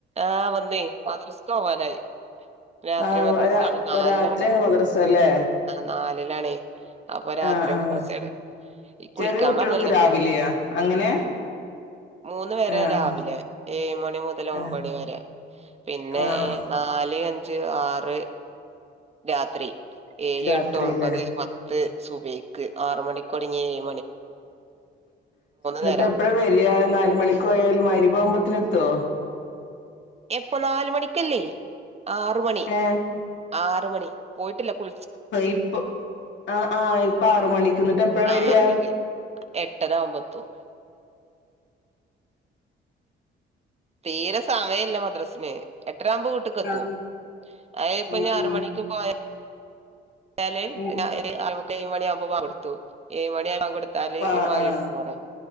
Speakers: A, on the right; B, on the left.
A: ആഹ് വന്നേ മദ്രസ് പോവാനായി രാത്രി
B: ആഹ്
A: മദ്രസാണ്
B: ഒരാ ഇപ്പൊ
A: നാല്ല്ആണ്
B: രാത്രിയാണ് മദ്രസ ല്ലേ
A: നാലിലാണേ അപ്പൊ രാത്രി
B: ആഹ് ആഹ്
A: മദ്രസേണ് ഇ കുളിക്കാ
B: ചെറിയ കുട്ടികൾക്ക്
A: പറഞ്ഞല്ലേ
B: രാവിലെയാ അങ്ങനെ
A: മൂന്ന് വരെ
B: ആഹ്
A: രാവിലെ ഏയ്മണി മുതല് ഒമ്പണി
B: ആഹ്
A: വരെ പിന്നെ
B: ആഹ്
A: നാല് അ ഞ്ച് ആറ് രാത്രി ഏയ്
B: രാത്രില്ലേ
A: എട്ട് ഒമ്പത് പ ത് സുബിഹിക്ക് ആറ് മണിക്ക് ഒടങ്ങി എ
B: ന്ന്ട്ട്
A: നേരം
B: എപ്പഴ വരാ നാല് മണിക്ക് ഓയാല് മഅ് പോവുമ്പത്തിനെത്തോ
A: എപ്പോ നാല്മണിക്കല്ലേ ആറ് മണി
B: ഏഹ്
A: ആറ് മണി പോയിട്ടില്ല കു
B: ഇപ്പൊ ആ ആഹ് ഇപ്പ ആറ് മണിക് ന്ന്ട്ട്ടപ്പഴാ വെരാ
A: ആറ് മണിക്ക് എട്ടര ആവുമ്പോ എത്തും തീര സമയല്ല്യ മദ്രാസിന് ട്ടര ആവുമ്പോ വീട്ട്കെത്തും
B: ആഹ്
A: അതിപ്പഞ്ആറുമണിക്ക്
B: ആഹ് ആഹ്
A: പോയാ <unintelligible>
B: ആഹ്
A: ഒര് ആറേമുക്കാ ഏഴ് മണി ആവുമ്പോ ബാങ്കൊടുത്തു ഏയ്മണി ആയാ ബാങ്കെ താല് <unintelligible>
B: ആഹ് ആഹ്